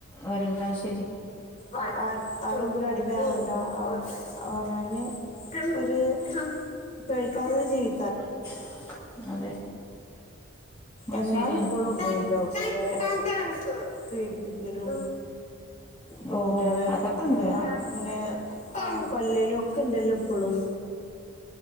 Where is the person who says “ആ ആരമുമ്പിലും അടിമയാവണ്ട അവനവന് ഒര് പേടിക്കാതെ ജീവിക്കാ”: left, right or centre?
Left